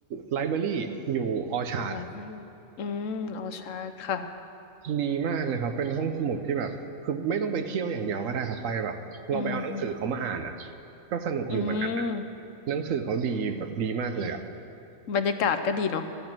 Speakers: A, on the right; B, on the left.
A: ไลบรารีอยู่ออชาร์ด
B: library อืมออชาร์ดค่ะ
A: ดีมากเลยครับเป็นห้องสมุดที่แบบคือไม่ต้องไปเที่ยวอย่างเดียวก็ได้ครับไปแบบเราไปเอาหนังสือเขามาอ่านอ่ะ
B: อืม
A: ก็สนุกอยู่เหมือนกันนะ
B: อืม
A: หนังสือเขาดีแบบดีมากเลยอ่ะ
B: บรรยากาศก็ดีเนาะ